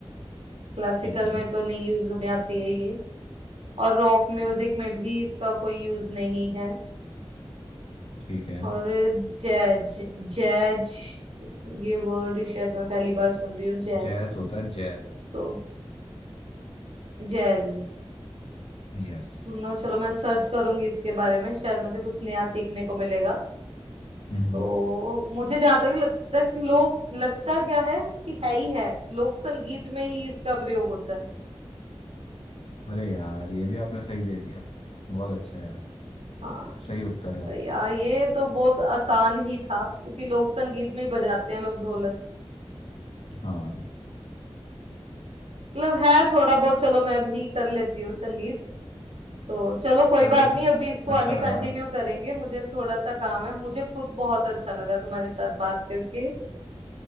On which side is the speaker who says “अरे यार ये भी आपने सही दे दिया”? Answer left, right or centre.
Left